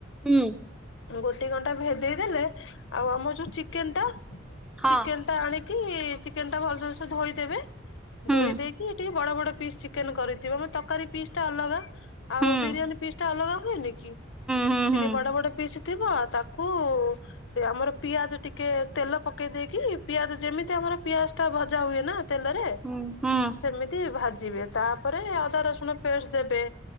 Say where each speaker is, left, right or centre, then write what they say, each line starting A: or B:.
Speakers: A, in the centre; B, on the left.
A: ହୁଁ।
B: ଗୋଟେ ଘଣ୍ଟା ଭେଦେଇଦେଲେ ଆଉ ଆମରଯୋଉ ଚିକେନଟା
A: ହଁ
B: ଚିକେନ ଆଣିକି ଚିକେନଟା ଭଲସେ ଧୋଇଦେବେ
A: ହୁଁ
B: ଧୋଇ ଦେଇକି ଟିକେ ବଡ ବଡ ପିସ୍ ଚି ଚିକେନ କରିଥିବ ମ ତରକାରୀ ପିସଟା ଅଲଗା ଆଉ
A: ହୁଁ ହୁଁ
B: ବିରିୟାନୀ ପିସଟା ଅଲଗା ହୁଏନିକି? ଚି
A: ହୁଁ
B: ଟିକେ
A: ହୁଁ।
B: ବଡ ବଡ ପିସ୍ ଥିବ ତାକୁ ଆମର ପିଆଜ ଟିକେ ତେଲ ପକେଇ ଦେଇକି ପିଆଜ ଯେମିତି ଆମର ପିଆଜଟା ଭଜା ଜା ହୁଏନା ତେଲରେ।
A: ହୁଁ ହୁଁ
B: ସେମିତି ଭାଜିବେ ତାପରେ ଅଦା ରସୁଣ ପେଷ୍ଟ ଦେବେ।